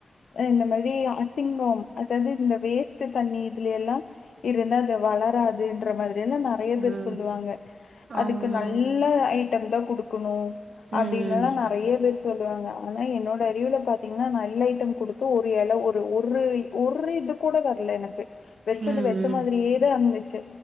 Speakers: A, on the left (about 80°); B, on the right (about 85°).
A: இந்த மாதிரி அசிங்கம் அதாவது இந்த வேஸ்ட்ட் தண்ணி இதுல எல்லாம் இருந்து அது வளராதுன்ற மாதிரி நிறைய
B: ம்
A: பேர் சொல்லுவாங்க அதுக்கு
B: ஆமா
A: நல்ல ம் தான் குடுக்கணு
B: ம்
A: அப்படின்னுல்லாம் நிறைய பேர் சொல்லுவாங்க ஆனா என்னோட அறிவுல பாத்தீங்கன்னா நல்ல ஐட்டம் கொடுத்து ஒரு இல ஒரு ஒரு இதுக்கு கூட வரல எனக்கு வச்சது
B: ம்
A: வச்ச மாதிரியே தான் இருந்துச்சு